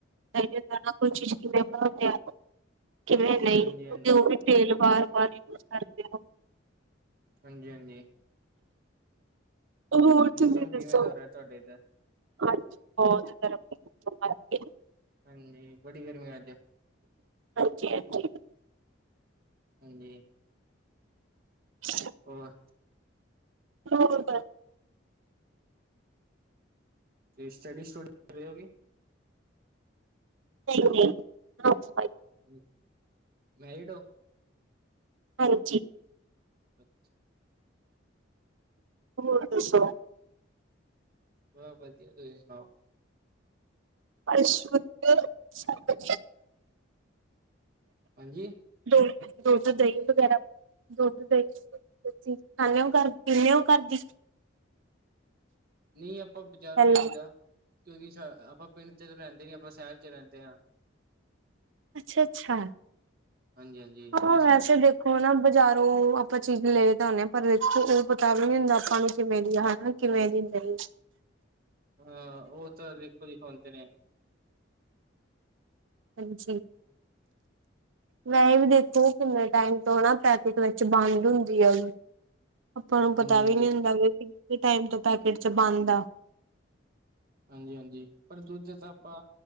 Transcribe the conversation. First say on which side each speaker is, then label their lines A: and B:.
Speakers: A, on the right; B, on the right.
A: <inaudible> ਕਿਵੇਂ ਨਈ
B: ਹਾਂਜੀ
A: ਕਿਉੰਕਿ
B: ਹਾਂਜੀ
A: ਓ ਹੀ ਤੇਲ ਬਾਰ-ਬਾਰ ਯੂਜ ਕਰਦੇ ਓ।
B: ਹਾਂਜੀ- ਹਾਂਜੀ
A: ਹੋਰ ਤੁਸੀਂ
B: ਮੌਸਮ
A: ਦੱਸੋ!
B: ਕਿਵੇਂ ਦਾ ਰਿਹਾ ਤੁਹਾਡੇ ਇੱਧਰ
A: ਅੱਜ ਬਹੁਤ ਗਰਮ ਤਰ੍ਹਾਂ ਕਰਕੇ
B: ਹਾਂਜੀ ਬੜੀ ਗਰਮੀ ਅੱਜ!
A: ਹਾਂਜੀ- ਹਾਂਜੀ
B: ਹਾਂਜੀ।
A: ਅੱ <unintelligible>
B: ਹੋਰ
A: ਹੋਰ ਦਸ
B: ਤੁਸੀ ਸਟੱਡੀ ਸਟੂਡੀ ਕਰ ਰਹੇ ਹੋ ਗਈ
A: ਨਹੀ ਨਹੀ ਹਾਊਸ ਵਾਇਫ
B: ਮ ਮੈਰੀਡ ਹੋ।
A: ਹਾਂਜੀ।
B: ਅੱਛਾ!
A: ਹੋਰ ਦੱਸੋ।
B: ਬਸ ਵਧੀਆ ਤੁਸੀ ਸੁਣਾਓ।
A: ਬਸ ਵਧੀਆ ਸਭ ਵਧੀਆ
B: ਹਾਂਜੀ!
A: ਦੋ ਦੁੱਧ, ਦਹੀਂ ਵਗੈਰਾ ਦੁੱਧ, ਦਹੀਂ ਕੋਈ ਚੀਜ ਖ਼ਾਨੇ ਓ ਘਰ ਦੀ, ਪੀਨੇ ਓ ਘਰ ਦੀ
B: ਨਹੀਂ ਆਪਾਂ ਬਜ਼ਾਰੋਂ
A: ਹੈਲੋ
B: ਲਿਆਈ ਦਾ ਕਿਉਂਕਿ ਸਭ ਆਪਾਂ ਪਿੰਡ 'ਚ ਤਾਂ ਰਹਿੰਦੇ ਨਹੀਂ ਆਪਾਂ ਸ਼ਹਿਰ 'ਚ ਰਹਿੰਦੇ ਹਾਂ।
A: ਅੱਛਾ -ਅੱਛਾ
B: ਹਾਂਜੀ ਹਾਂਜੀ
A: ਹਾਂ
B: ਇਸ
A: ਵੈਸੇ
B: ਕਰਕੇ
A: ਦੇਖੋ ਓ ਨਾ ਬਜ਼ਾਰੋਂ ਆਪਾਂ ਚੀਜ਼ ਲੇ ਤਾਂ ਆਉਦੇ ਹਾਂ ਪਰ ਦੇਖੋ ਉਹ ਪਤਾ ਵੀ ਨੀ ਹੁੰਦਾ ਆਪਾਂ ਨੂੰ ਕਿਵੇਂ ਦੀ ਆ ਹਨਾ। ਕਿਵੇਂ ਦੀ ਨਹੀ।
B: ਹਾਂ ਉਹ ਤਾਂ ਦੇਖੋ ਜੀ ਹੁੰਦੇ ਨੇ।
A: ਹਾਂਜੀ ਵੈਹੈ ਵੀ ਦੇਖੋ, ਕਿੰਨੇ ਟਾਈਮ ਤੋਂ ਹਨਾਂ ਪੈਕਿਟ ਵਿੱਚ ਬੰਦ ਹੁੰਦੀ ਉਹ ਵੀ। ਆਪਾਂ ਨੂੰ ਪਤਾ
B: ਹਾਂਜੀ
A: ਵੀ
B: ਹਾਂਜੀ
A: ਨੀ ਹੁੰਦਾ ਵੀ ਕਿੰਨੇ ਟਾਈਮ ਤੋਂ ਪੈਕੇਟ 'ਚ ਬੰਦ ਆ।
B: ਹਾਂਜੀ -ਹਾਂਜੀ ਪਰ ਦੂਜਾ 'ਚ ਆਪਾਂ